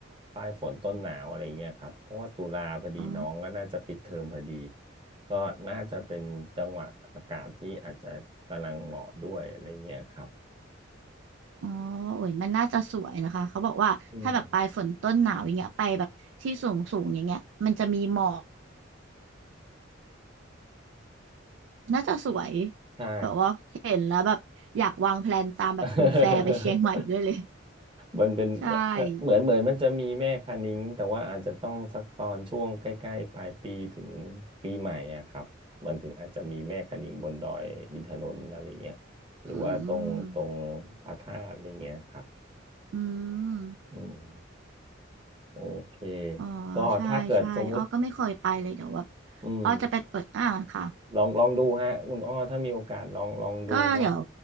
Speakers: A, on the right (about 25°); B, on the right (about 70°).
A: ปลายฝนต้นหนาวอะไรเงี้ยครับเพราะว่าตุลาพอดีน้องก็น่าจะปิดเทอมพอดี
B: อ๋อ
A: ก็น่าจะเป็นจังหวะอากาศที่อาจจะกำลังเหมาะด้วยอะไรเงี้ยครับ
B: อ๋อโอ้ยมันน่าจะสวยนะคะเขาบอกว่าถ้าแบบปลายฝนต้นหนาวอย่างเงี้ยไปแบบที่สูงสูงอย่างเงี้ยมันจะมีหมอก
A: อืม
B: น่าจะสวย
A: ใช่
B: แบบว่าเห็นแล้วแบบอยากวางแพลนตามแบบคุณแฟร์ไปเชียงใหม่ด้วยเลย
A: <laughs> มันเป็นแบบถ้าเหมือนเหมือนมันจะมีแม่คะนิ้งแต่ว่าอาจจะต้องสักตอนช่วงใกล้ๆปลายปีถึง
B: <laughs> ใช่
A: ปีใหม่อะครับมันถึงอาจจะมีแม่คะนิ้งบนดอยอินทนนท์อะไรเงี้ยหรือว่าตรงตรง
B: อืม
A: พระธาตุอะไรเงี้ยครับ
B: อืม
A: อืมโอเค
B: อ๋อ
A: ก็ถ้าเกิดสมมุติ
B: ใช่ใช่อ้อก็ไม่เคยไปเลยเดี๋ยวว่า
A: อืม
B: อ้อจะไปเปิดอ่าค่ะ
A: ลองลองดูฮะคุณอ้อถ้ามีโอกาสลองลองดูเนาะ
B: ก็เดี๋ยว